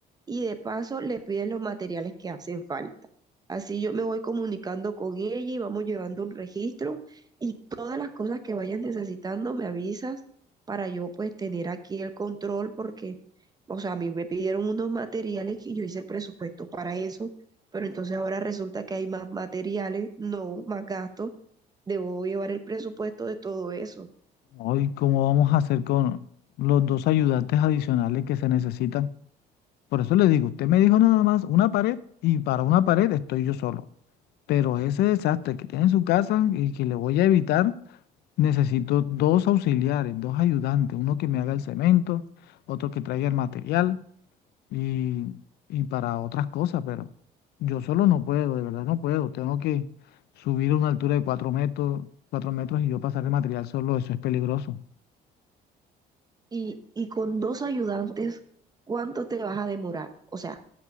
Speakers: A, on the right; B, on the left.
A: y de paso le pides los materiales que hacen falta. Así yo me voy comunicando con ella y vamos llevando un registro y todas las cosas que vayas necesitando me avisas para yo pues tener aquí el control porque, o sea, a mí me pidieron unos materiales y yo hice el presupuesto para eso, pero entonces ahora resulta que hay más materiales, no más gastos, debo llevar el presupuesto de todo eso.
B: Hoy, ¿cómo vamos a hacer con los dos ayudantes adicionales que se necesitan? Por eso le digo, usted me dijo nada más una pared y para una pared estoy yo solo. Pero ese desastre que tiene en su casa y que le voy a evitar, necesito dos auxiliares, dos ayudantes, uno que me haga el cemento, otro que traiga el material y, y para otras cosas, pero yo solo no puedo, de verdad no puedo. Tengo que subir a una altura de cuatro metros, cuatro metros y yo pasar el material solo, eso es peligroso.
A: Y, y con dos ayudantes, ¿cuánto te vas a demorar? O sea,